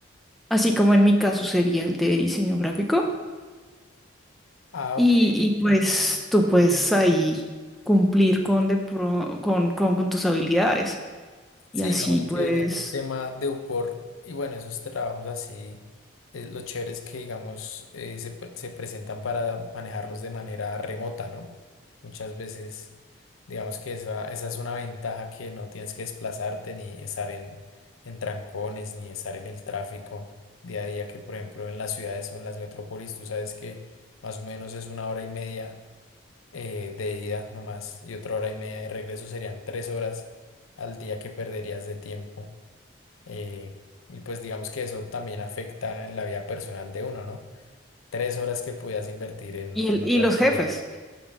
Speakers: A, in the centre; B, on the left.
A: así como en mi caso sería el de diseño gráfico.
B: Ah,
A: Y,
B: ok.
A: y, pues tú puedes ahí cumplir con, de pro- con, con con tus habilidades.
B: Sí,
A: Y así
B: digamos
A: pues
B: que ya en el tema de UPOR y bueno, esos trabajos así, eh, lo chévere es que digamos eh, se, pre- se presentan para manejarlos de manera remota, ¿no? Muchas veces, digamos que esa, esa es una ventaja que no tienes que desplazarte ni estar en, en trancones, ni estar en el tráfico día a día, que por ejemplo en las ciudades o en las metrópolis, tú sabes que más o menos es una hora y media eh, de ida nomás y otra hora y media de regreso serían tres horas al día que perderías de tiempo. eh, y pues digamos que eso también afecta en la vida personal de uno, ¿no? Tres horas que pudieras invertir en,
A: Y, el,
B: en otra
A: y los
B: actividad.
A: jefes,